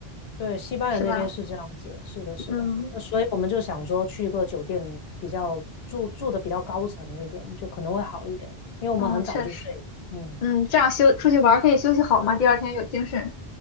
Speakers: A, on the left (about 80°); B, on the left (about 55°).
A: 对，西班牙那边是这样子的是的，
B: 是吧？
A: 是的。
B: 嗯
A: 那所以我们就想说去一个酒店比较住住的比较高层一点，就可能会好一点，因为我们很早就睡了嗯。
B: 嗯，确实，嗯，这样休出去玩儿可以休息好嘛，第二天有精神。